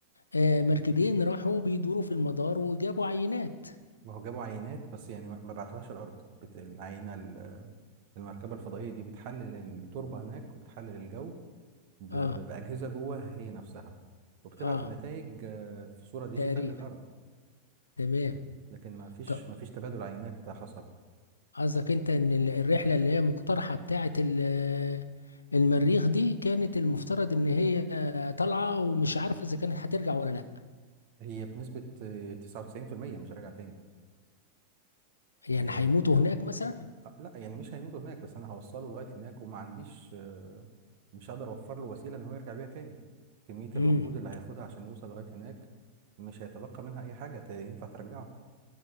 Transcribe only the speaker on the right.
ما هو جابوا عينات بس يعني ما ما بعتوهاش الارض بت- العينه ال- المركبه الفضائيه دي بتحلل التربه هناك وبتحلل الجو ب-
ب- باجهزه جواها هي نفسها وبتبعت
النتائج آه، في صوره ديجيتال
للارض
لكن ما فيش
ما فيش تبادل عينات حصل
هي بنسبه آه، 99% مش راجعه تاني
يعني
هي
آه، لا يعني مش هيموتوا هناك بس انا هوصله لغايه هناك وما عنديش آه، مش هقدر اوفر له وسيله ان هو يرجع بيها تاني كميه الوقود
اللي هياخدها عشان يوصل لغايه هناك مش هيتبقى منها اي حاجه ت- ينفع ترجعه